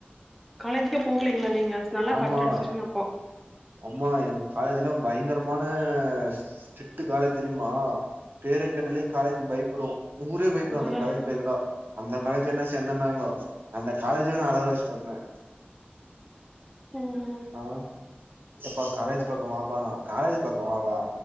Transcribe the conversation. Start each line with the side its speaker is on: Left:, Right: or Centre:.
Centre: காலேஜிக்கே போகலீங்ளா நீங்க நல்லா
Right: ஆமா
Centre: கட் அடிச்சிட்டீங்க அப்போ
Right: ஆமா எங்க காலேஜ்லா பயங்கரமான ஸ்டிட்டு காலேஜ் தெரியுமா பேர கேட்டாலே காலேஜ் பயப்படு ஊரே பயப்படு
Centre: அதனால
Right: அந்த காலேஜ் பேர கேட்டா அந்த காலேஜ் என்ன சேந்தன்னாங்கோ அந்த காலேஜ்ஜவே நா அழ வெச்சுட்டமே
Centre: ம் ம்
Right: ஆ எப்பா காலேஜ் பக்க வாப்பானா காலேஜ் பக்க வா வா